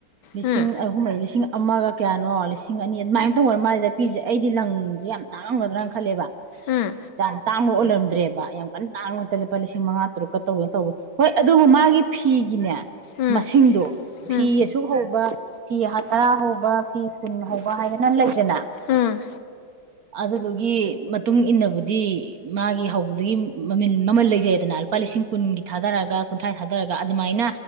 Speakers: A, on the right; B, on the left.
A: ꯂꯤꯁꯤꯡ
B: ꯎꯝ
A: ꯑꯍꯨꯝ ꯂꯤꯁꯤꯡ ꯑꯃꯒ ꯀꯌꯥꯅꯣ ꯂꯤꯁꯤꯡ ꯑꯅꯤ ꯑꯗꯨꯃꯥꯏꯇꯪ ꯑꯣꯏ ꯃꯥꯜꯂꯦꯗ ꯄꯤꯔꯤꯁꯦ ꯑꯩꯗꯤ ꯂꯪ ꯁꯤ ꯌꯥꯝ ꯇꯥꯡꯉꯝꯒꯗ꯭ꯔꯅ ꯈꯜꯂꯦꯕ
B: ꯎꯝ
A: ꯌꯥꯝ ꯇꯥꯡꯕ ꯑꯣꯏꯜꯂꯝꯗ꯭ꯔꯦꯕ ꯌꯥꯝ ꯀꯟꯅ ꯇꯥꯡꯕ ꯃꯇꯝ ꯂꯨꯄꯥ ꯂꯤꯁꯤꯡ ꯃꯉꯥ ꯇꯔꯨꯛꯀ ꯇꯧꯗꯅ ꯇꯧꯕꯗꯣ ꯍꯣꯏ ꯑꯗꯨꯕꯨ ꯃꯥꯒꯤ ꯐꯤꯒꯤꯅꯦ
B: ꯎꯝ
A: ꯃꯁꯤꯡꯗꯣ
B: ꯎꯝ
A: ꯐꯤ ꯑꯁꯨꯛ ꯍꯧꯕ ꯐꯤ ꯇꯔꯥ ꯍꯧꯕ ꯐꯤ ꯀꯨꯟ ꯍꯧꯕ ꯍꯥꯏꯗꯅ ꯂꯩꯗꯅ
B: ꯎꯝ
A: ꯑꯗꯨꯗꯨꯒꯤ ꯃꯇꯨꯡ ꯏꯟꯅꯕꯨꯗꯤ ꯃꯥꯒꯤ ꯍꯧꯕꯗꯨꯒꯤ ꯃꯃꯜ ꯃꯃꯜ ꯂꯩꯖꯩꯗꯅ ꯂꯨꯄꯥ ꯂꯤꯁꯤꯡ ꯀꯨꯟꯒꯤ ꯊꯥꯗꯔꯒ ꯀꯨꯟꯊ꯭ꯔꯥ ꯊꯥꯗꯔꯒ ꯑꯗꯨꯃꯥꯏꯅ